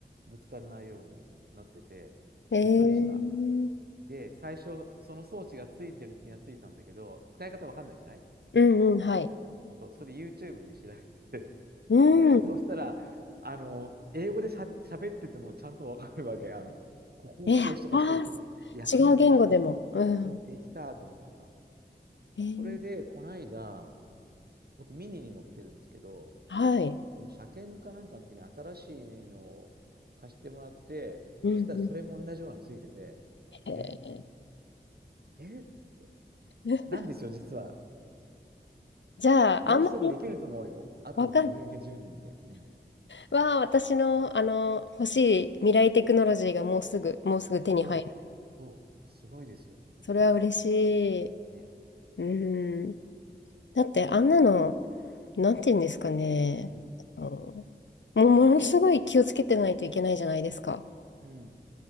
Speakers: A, on the right (about 55°); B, on the left (about 80°).
A: ぶつからないようになってて、
B: ええ。
A: びっくりした。で、最初、その装置がついてるのに気がついたんだけど、使い方わかんないじゃない
B: うんうん、はい。
A: そうそれで YouTube で調べ
B: うん
A: て <laughs> そしたら、あの、英語でしゃ、喋っててもちゃんとわかるわけ。あの、ここをこうして押してるって。
B: え、ああ、
A: やってみたら、
B: 違う言語でも。
A: あ
B: うん。
A: そう、できたと思ってさ。
B: えー
A: それで、こないだ、僕ミニに乗ってるんですけど、
B: はい。
A: その車検かなんかの時に新しいのを貸してもらって、
B: うんうん。
A: そしたらそれも同じようなのついてて、
B: え
A: えーっつって、えーっつって、
B: ー
A: なんですよ、実は。
B: <laughs> じゃあ、
A: もうすぐできると思うよ。
B: あんまり
A: あと5年や10年で。
B: わか
A: うん。
B: は私の、あの欲しい未来テクノロジーがもうすぐ、もうすぐ手に入る。
A: そう、そう、すごいですよ、とにかく。
B: それは嬉しい。
A: ね。
B: うん。だって、あんなの、なんて言うんですかね。
A: うん、
B: あのもうものすごい気をつけてないといけないじゃないですか。
A: うん、